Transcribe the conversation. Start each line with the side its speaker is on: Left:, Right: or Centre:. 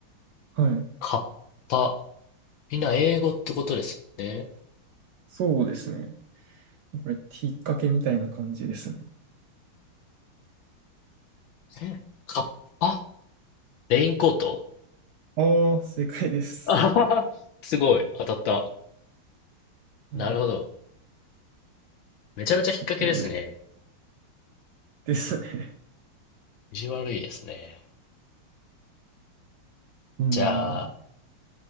Right: はい。
Left: カッパ。みんな英語ってことですよね。
Right: そうですね。これ、引っ掛けみたいな感じですね。
Left: えカッパレインコート
Right: ああ、正解です。
Left: あははは。すごい。当たった。
Right: はい。
Left: なるほど。めちゃめちゃ引っ掛けですね。
Right: すごい。ですね。
Left: 意地悪いですね。
Right: うーん。
Left: じゃあ、